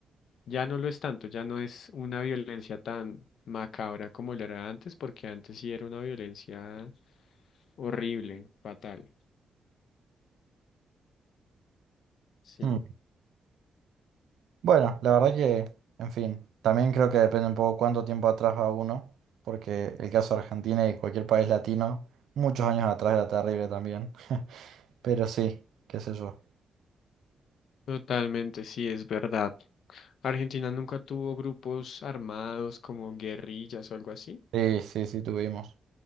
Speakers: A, on the left; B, on the right.
A: ya no lo es tanto, ya no es una violencia tan macabra como lo era antes, porque antes sí era una violencia horrible, fatal. Sí.
B: Mm. Bueno, la verdad que, en fin, también creo que depende un poco cuánto tiempo atrás va uno, porque el caso de Argentina y cualquier país latino, muchos años atrás era terrible también, <laughs> pero sí, qué sé yo.
A: Totalmente, sí, es verdad. Argentina nunca tuvo grupos armados como guerrillas o algo así.
B: Sí, sí, sí, tuvimos.